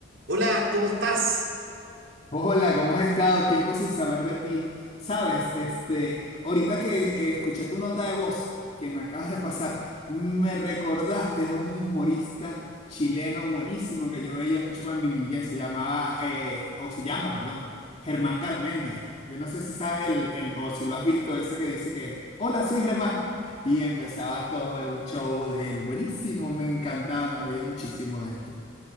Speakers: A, on the right; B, on the left.
A: Hola, ¿cómo estás?
B: Hola, ¿cómo has estado? Tiempo sin saber de ti. Sabes, este, ahorita que eh, escuché tu nota de voz que me acabas de pasar, me recordaste a un humorista chileno buenísimo que yo veía mucho cuando en mi niñez. Se llamaba, eh, o se llama, perdón, Germán Carmendia. Yo no sé si sabes el, el- o si lo has visto, ese que dice que, hola, soy Germán. Y empezaba todo el show de él. Buenísimo, me encantaba, me reía muchísimo de él.